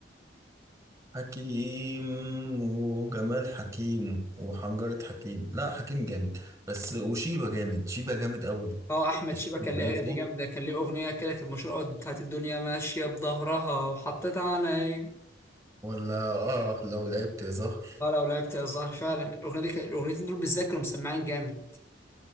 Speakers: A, on the right; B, on the left.
A: حكيم وجمال حكيم وحنجرة حكيم لا حكيم جامد بس وشيبة جامد شيبة جامد قوي
B: اه احمد
A: تشوف
B: شيبه كان ليه
A: عليه
B: اغاني
A: صوت
B: جامده كان ليه اغنيه كده كانت مشهوره قوي بتاعت الدنيا ماشيه بظهرها وحطيت عليا
A: ولا آه لو لعبت يا زهر
B: اه لو لعبت يا الزهر فعلا الاغنيه دي كان- الاغنيتين دول بالذات كانوا مسمعين جامد